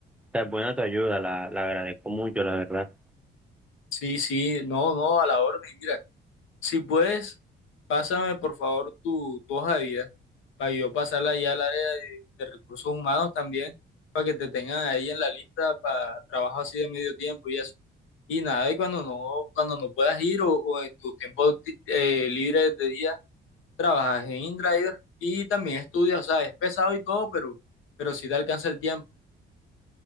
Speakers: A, in the centre; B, on the left.
A: o sea, es buena tu ayuda, la, la agradezco mucho, la verdad.
B: Sí, sí, no, no, a la orden. Mira, si puedes, pásame por favor tu, tu hoja de vida para yo pasarla ya al área de, de recursos humanos también, para que te tengan ahí en la lista para trabajo así de medio tiempo y eso. Y nada, y cuando no, cuando no puedas ir o, o en tus tiempos eh, libres de día trabajas en InDriver y también estudias, o sea, es pesado y todo, pero, pero si te alcanza el tiempo.